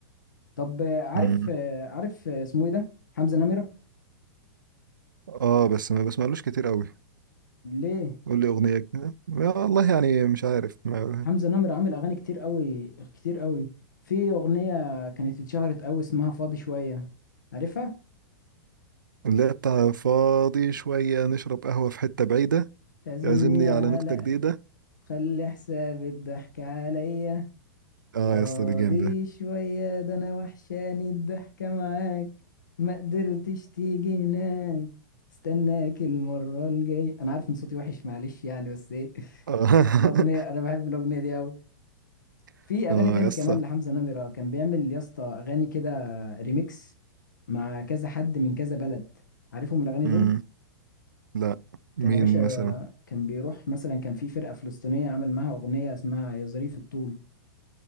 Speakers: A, on the left; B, on the right.
A: طب آه، عارف
B: مم.
A: آه، عارف آه، اسمه إيه ده؟ حمزة نمرة؟
B: اه بس ما بسمعلوش كتير قوي
A: ليه؟
B: قول لي اغنيه كده والله يعني مش عارف ما
A: حمزة نمرة عامل أغاني كتير أوي كتير أوي. في أغنية كانت اتشهرت أوي اسمها فاضي شوية. عارفها؟
B: لا بتاع فاضي شوية نشرب قهوة في حتة بعيدة
A: تعزمني
B: يعزمني على
A: على
B: نكتة جديدة
A: خلي حساب الضحك عليا
B: اه
A: فاضي
B: يا اسطى دي جامدة
A: شوية ده أنا وحشاني الضحكة معاك ما قدرتش تيجي هناك استناك المرة الجاية أنا عارف إن صوتي وحش معلش يعني بس إيه
B: اه
A: الأغنية أنا بحب الأغنية دي أوي
B: <laughs>
A: في أغاني
B: اه
A: تاني
B: يا اسطى
A: كمان لحمزة نمرة كان بيعمل يا اسطى أغاني كده ريميكس مع كذا حد من كذا بلد عارفهم الأغاني
B: مم.
A: دول
B: لا مين
A: كان يا باشا
B: مثلا
A: كان بيروح مثلا كان في فرقة فلسطينية عمل معاها أغنية اسمها يا ظريف الطول